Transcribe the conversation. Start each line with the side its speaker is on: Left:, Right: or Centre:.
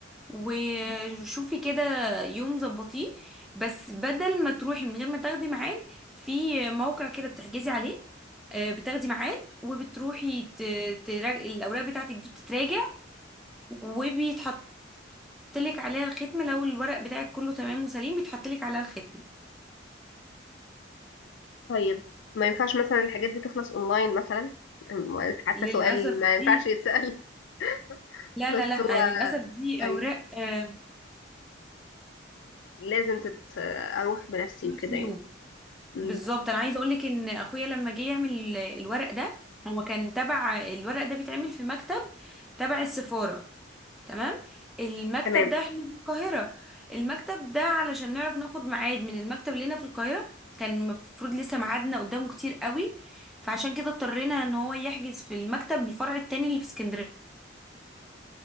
Centre: وشوفي كده يوم ظبطيه بس بدل ما تروحي من غير ما تاخدي ميعاد في موقع كده بتحجزي عليه آه، بتاخدي ميعاد وبتروحي ت- تراج... الاوراق بتاعتك دي بتتراجع وبيتحط لك عليها الختم لو الورق بتاعك كله تمام وسليم بيتحط لك عليها الختم
Left: طيب ما ينفعش مثلا الحاجات دي تخلص اونلاين مثلا أم، حاسة
Centre: للاسف
Left: سؤال ما ينفعش
Centre: دي
Left: يتسأل <laughs>
Centre: لا
Left: بس
Centre: لا لا
Left: هو
Centre: للاسف دي
Left: ايوه
Centre: اوراق آه،
Left: لازم تت... اروح بنفسي
Centre: نفس
Left: وكده
Centre: اليوم
Left: يعني امم
Centre: بالظبط انا عايزه اقول لك ان اخويا لما جه يعمل ال- الورق ده هو كان تبع الورق ده بيتعمل في مكتب تبع السفاره تمام المكتب
Left: تمام
Centre: ده احنا في القاهره المكتب ده علشان نعرف ناخد ميعاد من المكتب اللي هنا في القاهره كان المفروض لسه ميعادنا قدامه كتير قوي فعشان كده اضطرينا ان هو يحجز في المكتب الفرع التاني اللي في اسكندريه